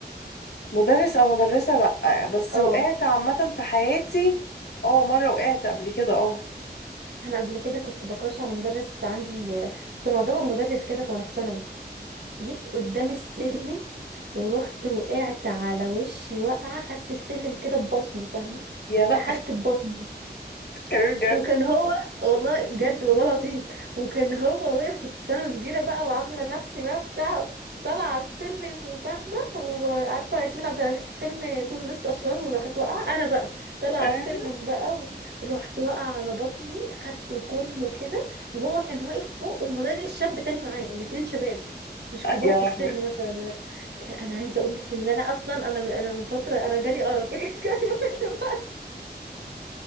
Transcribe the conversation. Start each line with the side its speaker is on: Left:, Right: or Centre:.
Left: مدرس او مدرسة لا بس
Right: اه
Left: وقعت عامة في حياتي اه مرة وقعت قبل كده اه
Right: انا قبل كده كنت بكراش على مدرس عندي كنت معجبه بمدرس كده في وانا في ثانوي جيت قدام السلم ورحت وقعت على وشي وقعه خدت السلم كده ببطني فاهمه
Left: يا لا
Right: سحلت ببطني
Left: كريم جد
Right: وكان هو والله بجد والله العظيم وكان هو واقف كنت ثانوي كبيرة بقى وعاملة نفسي بقى بتاع طالعة على السلم وفاهمة وعارفة ياسمين عبد العزيز في فيلم توم نست أشرار وراحت واقعة أنا بقى طالعة
Left: آه.
Right: على السلم بقى رحت واقعة على بطني خدته كله كده وهو كان واقف فوق ومدرس شاب تاني معاه الاتنين شباب مش كبار
Left: يا
Right: في
Left: لهوي
Right: السن مثلا كان- انا عايزه اقول لك ان انا اصلا انا انا من فتره انا جالي ارق <laughs>